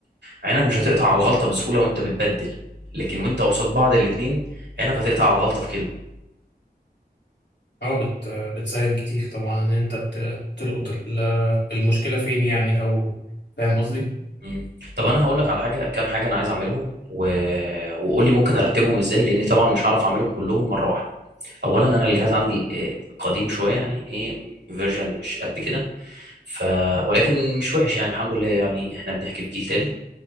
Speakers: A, on the right; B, on the left.
A: عينك مش هتقطع على الغلطه بسهوله وانت بتبدل لكن وانت قصاد بعض الاثنين عينك هتقطع على الغلطه في كلمه
B: اه بت آه، بتسهل كتير طبعا ان انت ت- تلقط ال- المشكله فين يعني او فاهم قصدي
A: مم. طب انا هقول لك على حاجه كام حاجه انا عايز اعملهم و... وقول لي ممكن ارتبهم ازاي لان طبعا مش هعرف اعملهم كلهم مره واحده اولا انا الجهاز عندي إيه، قديم شويه يعني ايه فيرجن مش قد كده ف ولكن مش وحش يعني الحمد لله يعني احنا بنحكي في جيل ثالث